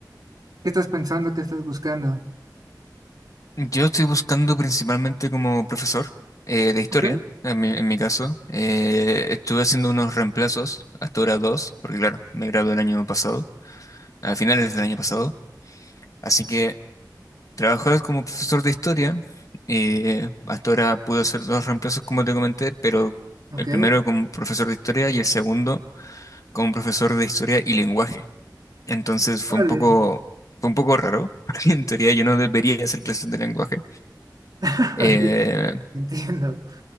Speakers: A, on the right; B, on the left.
A: ¿Qué estás pensando? ¿Qué estás buscando?
B: Yo estoy buscando principalmente como profesor eh, de historia,
A: Ok,
B: en mi, en mi caso. Eh, estuve haciendo unos reemplazos, hasta ahora dos, porque claro, me gradué el año pasado, a finales del año pasado. Así que trabajar como profesor de historia, eh, hasta ahora pude hacer dos reemplazos como te comenté, pero
A: Ok,
B: el primero como profesor de historia y el segundo como profesor de historia y lenguaje. Entonces fue
A: órale.
B: un poco, fue un poco raro, <laughs> porque en teoría yo no debería hacer clases de lenguaje.
A: <laughs>
B: Eh,
A: sí, Entiendo.